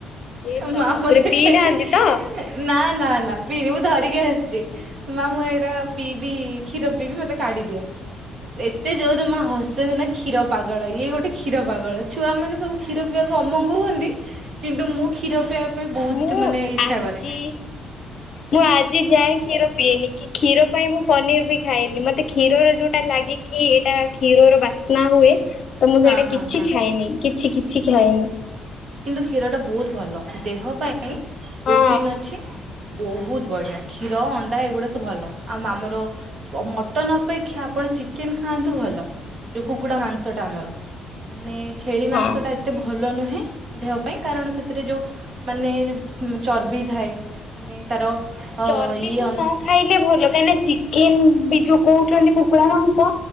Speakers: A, on the left; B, on the right.
A: ଏ ବାପରେ
B: ମା ମତେ
A: ପିଇ
B: କହିଲେ
A: ନାହାନ୍ତି ତ
B: ନା ନା ପିଇନି ମୁଁ ଧରିକି ଆସିଛି ମା ମୁଁ ଏଇଟା ପିଇବି କ୍ଷୀର ପିଇବି ମତେ କାଢିଦିଅ। ଏତେ ଜୋରରେ ମା ହସନ୍ତି ନା କ୍ଷୀର ପାଗଳ ଇଏ ଗୋଟେ କ୍ଷୀର ପାଗଳ ଛୁଆମାନେ ସବୁ କ୍ଷୀର ପିଇବାକୁ ଅମଙ୍ଗ ହୁଅନ୍ତି କିନ୍ତୁ ମୁଁ କ୍ଷୀର ପିଇବା ପାଇଁ ବହୁତ
A: ମୁଁ
B: ମାନେ ଇଚ୍ଛା
A: ଆଜି
B: କରେ
A: ମୁଁ ଆଜି ଯାଏଁ କ୍ଷୀର ପିଏନି କି କ୍ଷୀର ପାଇଁ ମୁଁ ପନିର ବି ଖାଇନି ମତେ କ୍ଷୀର ଯୋଉଁଟା ଲାଗେ କି ଏଇଟା କ୍ଷୀର ବା ନା ହୁଏ ତ ମୁଁ
B: ହଁ
A: ସେଇଟା
B: ହଁ
A: କିଛି
B: ହଁ।
A: ଖାଏନି କିଛି କିଛି ଖାଏନି।
B: କିନ୍ତୁ କ୍ଷୀର ଟା ବହୁତ ଭଲ ଦେହ ପାଇଁ
A: ହଁ
B: ପ୍ରୋଟିନ ଅଛି। ବହୁତ ବଢିଆ କ୍ଷୀର ଅଣ୍ଡା ଏଗୁଡା ସବୁ ଭଲ ଆଉ ଆମର ମଟନ ଅପେକ୍ଷା ଆପଣ ଚିକେନ ଖାନ୍ତୁ ଭଲ ଯଉ କୁକୁଡ଼ା ମାଂସଟା ଆମର ମାନେ ଛେଳି ମାଂସଟା
A: ହଁ।
B: ଏତେ ଭଲ ନୁହେଁ। ଦେହ ପାଇଁ କାରଣ ସେଥିରେ ଯଉଁ ମାନେ ଚର୍ବି ଥାଏ ମାନେ ତାର ଅ
A: ଚର୍ବିକୁ
B: ଇଏ ହଁ
A: ନ ଖାଇଲେ ଭଲ କାହିଁକିନା ଚିକେନ ବି ଯୋଉ କହୁଛନ୍ତି କୁକୁଡ଼ା ମାଂସ